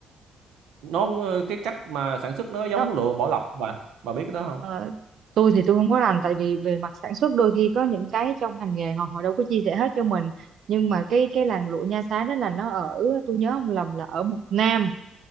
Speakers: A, on the right (about 80°); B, on the right (about 65°).
A: nó ờ, cái cách mà sản xuất nó giống
B: đó
A: lụa bỏ lọc bà bà biết cái đó không
B: ờ, tôi thì tôi không có rành tại vì về mặt sản xuất đôi khi có những cái trong ngành nghề họ họ đâu có chia sẻ hết cho mình nhưng mà cái cái làng lụa Nha Xá đó là nó ở tôi nhớ không lầm là ở một Nam